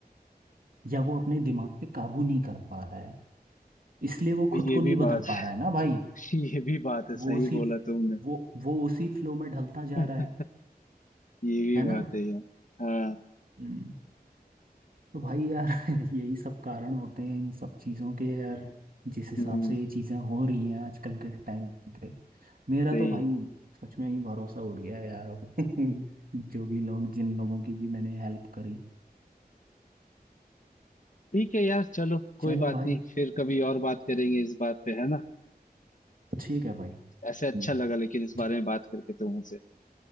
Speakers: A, on the right (about 60°); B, on the left (about 50°).
A: या वो अपने दिमाग पे काबू नहीं कर पा रहा है इसलिए वो
B: अभी
A: खुद
B: ये
A: को नहीं
B: भी
A: बदल
B: बात
A: पा रहा है ना भाई
B: <laughs> ये भी बात है
A: वो
B: सही
A: उसी
B: बोला तुमने
A: वो वो उसी फ्लो में ढलता जा
B: <laughs>
A: रहा है
B: ये भी
A: है ना
B: बात है यार हाँ
A: हम्म तो भाई यार <laughs> यही सब कारण होते हैं इन सब चीज़ों के यार जिस हिसाब
B: हम्म
A: से ये चीज़ें हो रही हैं आजकल के टाइम पे मेरा
B: सही
A: तो भाई सच में ही भरोसा उड़ गया है यार अब <laughs> जो भी लोग जिन लोगों की भी मैंने हेल्प करी
B: ठीक है यार चलो कोई
A: चलो
B: बात
A: भाई
B: नहीं फिर कभी और बात करेंगे इस बात पे है ना
A: ठीक है भाई
B: ऐसे
A: हम्म,
B: अच्छा लगा लेकिन इस बारे
A: ठीक
B: में बात करके तुमसे